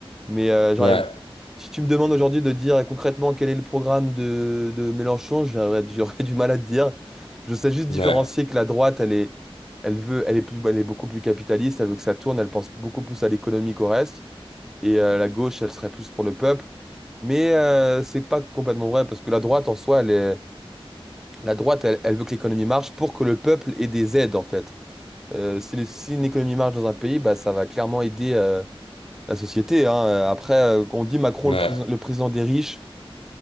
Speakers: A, in the centre; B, on the left.
A: Mais euh, j'arrive.
B: ouais,
A: Si tu me demandes aujourd'hui de dire concrètement quel est le programme de, de Mélenchon, j'aurais j'aurais du mal à te dire. Je sais juste différencier
B: ouais,
A: que la droite, elle est, elle veut, elle est plus, elle est beaucoup plus capitaliste, elle veut que ça tourne, elle pense beaucoup plus à l'économie qu'au reste. Et euh, la gauche, elle serait plus pour le peuple. Mais euh, c'est pas complètement vrai, parce que la droite, en soi, elle est, la droite, elle, elle veut que l'économie marche pour que le peuple ait des aides, en fait. Euh, si, les- si une économie marche dans un pays, bah, ça va clairement aider. euh, la société. hein. Euh, Après, euh, quand on dit Macron
B: ouais,
A: le, président le président des riches,